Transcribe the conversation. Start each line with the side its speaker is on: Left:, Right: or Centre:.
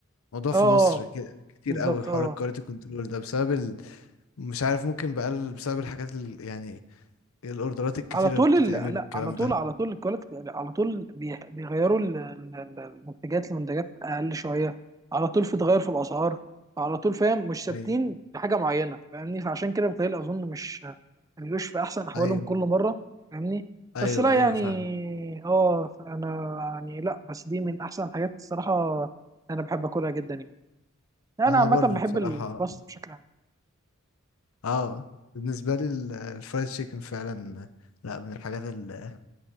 Left: الموضوع
Right: اه
Left: في مصر ك- كتير
Right: بالظبط
Left: قوي حوار
Right: اه
Left: الكواليتي كنترول ده بسبب ال... مش عارف ممكن بقى بسبب الحاجات ال... يعني الاوردرات الكتيرة
Right: على طول
Left: اللي بتتعمل
Right: ال... لا
Left: والكلام
Right: على طول
Left: ده
Right: على طول الكواليتي يعني على طول بي- بيغيروا ال- ال- ال- المنتجات لمنتجات اقل شويه على طول في تغير في الاسعار على طول فاهم مش ثابتين
Left: ايوه
Right: بحاجه معينه فاهمني فعشان كده بتهيألي اظن مش ما بيبقوش في احسن احوالهم
Left: ايوه
Right: كل مره فاهمني
Left: ايوه
Right: بس لا
Left: ايوه
Right: يعني
Left: فاهم
Right: اه انا يعني لا بس دي من احسن الحاجات الصراحه انا بحب اكلها جدا يعني انا
Left: انا
Right: عامه
Left: برضو
Right: بحب
Left: بصراحة
Right: الباستا بشكل عام
Left: اه بالنسبة لي ال- الفرايد تشيكن فعلا لا من الحاجات ال-